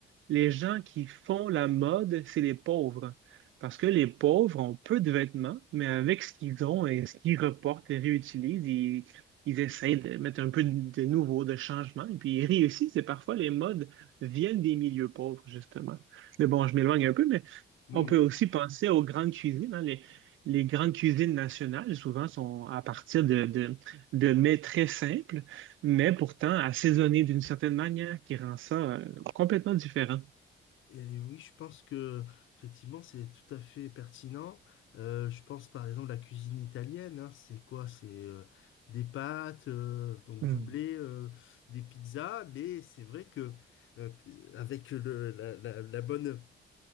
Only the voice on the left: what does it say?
Mhm.
Et oui, je pense que effectivement c'est tout à fait pertinent. Euh, je pense par exemple la cuisine italienne, hein, c'est quoi? C'est euh, des pâtes, euh, donc
du blé, euh, des pizzas, mais c'est vrai que euh, avec le, la, la- la bonne,